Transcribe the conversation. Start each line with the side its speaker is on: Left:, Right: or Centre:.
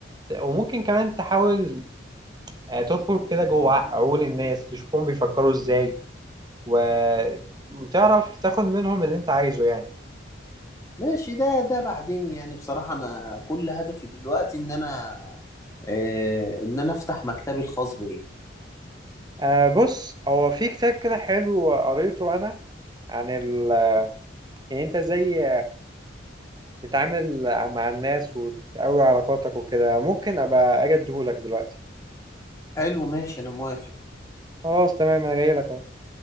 Right: وممكن كمان تحاول آه، تدخل كده جوه عقول الناس تشوفهم بيفكروا ازاي و... وتعرف تاخد منهم اللي انت عايزه يعني
Left: ماشي ده ده بعدين يعني بصراحة أنا كل هدفي دلوقتي إن أنا آه إن أنا أفتح مكتبي الخاص بيا
Right: آه بص هو في كتاب كده حلو قريته انا عن ال... يعني انت ازاي تتعامل مع الناس وتقوي علاقاتك وكده ممكن ابقى اجي اديهولك دلوقتي
Left: حلو ماشي أنا موافق
Right: خلاص تمام انا جاي لك اهو